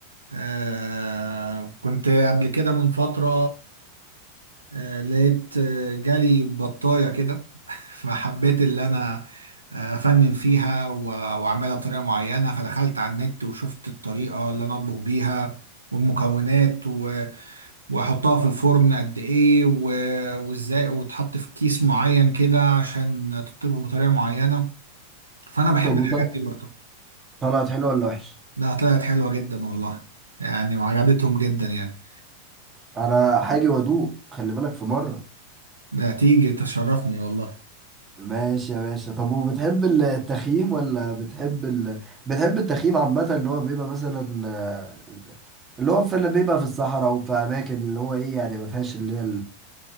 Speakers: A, on the right (about 80°); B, on the right (about 20°).
A: آه، كنت قبل كده من فتره آه، لقيت آه، جالي بطايه كده <laughs> فحبيت اللي انا آه، افنن فيها و- واعملها بطريقه معينه فدخلت على النت وشفت الطريقه اللي انا اطبخ بيها والمكونات واحطها في الفرن قد ايه و- وازاي وتحط في كيس معين كده عشان تطيبها بطريقة معينة فانا بحب
B: طب
A: الحاجات
B: طلعت
A: دي برضه
B: طلعت حلو ولا وحش
A: لا طلعت حلوة جدا والله يعني وعجبتهم جدا يعني
B: انا حاجة وادوق خلي بالك في مرة
A: ده تيجي تشرفني والله
B: ماشي يا باشا طب وبتحب ال- التخييم ولا بتحب ال... بتحب التخييم عامة اللي هو بيبقى مثلا آه، اللي هو في اللي بيبقى في الصحراء وفي اماكن اللي هو ايه يعني ما فيهاش اللي هي